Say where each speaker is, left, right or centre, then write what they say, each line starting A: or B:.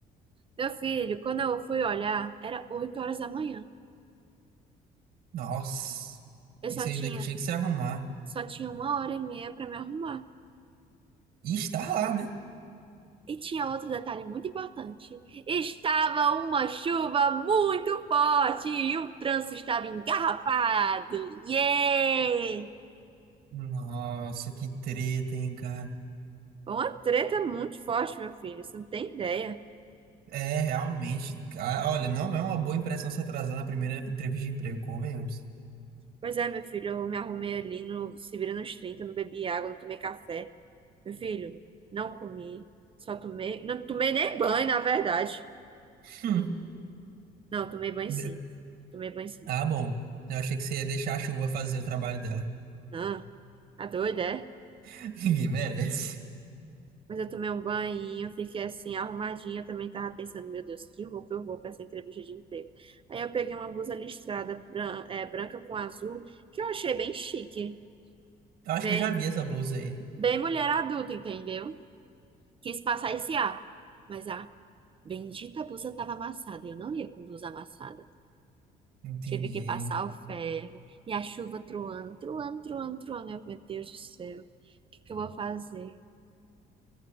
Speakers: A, on the right; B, on the right.
A: Meu filho, quando eu fui olhar, era 8 horas da manhã.
B: Nossa,
A: Eu
B: isso
A: só
B: ainda
A: tinha,
B: que tinha que se arrumar.
A: só tinha uma hora e meia para me arrumar.
B: E estar lá, né?
A: E tinha outro detalhe muito importante. Estava uma chuva muito forte e o trânsito estava engarrafado. Yay!
B: Nossa, que treta, hein, cara.
A: Foi Uma treta muito forte, meu filho. Você não tem ideia.
B: É, realmente. Ah, Olha, não é uma boa impressão se atrasar na primeira entrevista de emprego, convenhamos.
A: Pois é, meu filho, eu me arrumei ali no se vira nos trinta não bebi água, não tomei café. Meu filho, não comi, só tomei, não tomei nem banho, na verdade.
B: Hum.
A: Não, tomei banho
B: De-
A: sim. Tomei banho sim.
B: Ah, bom. Eu achei que você ia deixar a chuva fazer o trabalho dela.
A: Não, tá doida, é?
B: <laughs> Ninguém merece.
A: Mas eu tomei um banho, fiquei assim, arrumadinha. Eu também tava pensando, meu Deus, que roupa eu vou pra essa entrevista de emprego. Aí eu peguei uma blusa listrada, bran- é, branca com azul, que eu achei bem chique.
B: Eu acho
A: Bem,
B: que eu já vi essa blusa aí.
A: bem mulher adulta, entendeu? Quis passar esse ar. Mas a bendita blusa tava amassada. Eu não ia com blusa amassada.
B: Entendi.
A: Tive que passar o ferro. E a chuva truando, truando, truando, truando. Eu, meu Deus do céu, o que que eu vou fazer?